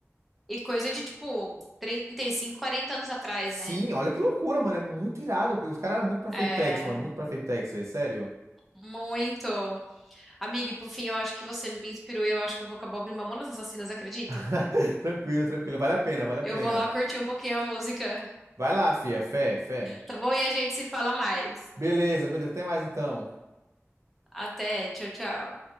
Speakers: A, in the centre; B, on the right.
A: E coisa de tipo 35, 40 anos atrás,
B: Sim,
A: né?
B: olha que loucura, mano, é muito irado. Os caras eram muito pra Fentex,
A: É,
B: mano, muito pra Fentex, velho, sério.
A: muito. Amiga, e por fim, eu acho que você me inspirou e eu acho que eu vou acabar ouvindo Mamonas Assassinas, acredita?
B: <laughs> Tranquilo, tranquilo, vale a pena, vale a
A: Eu
B: pena.
A: vou lá curtir um pouquinho a música,
B: Vai lá, fia, fé, fé.
A: tá bom? E a gente se fala mais.
B: Beleza, beleza, até mais então.
A: Até, tchau, tchau.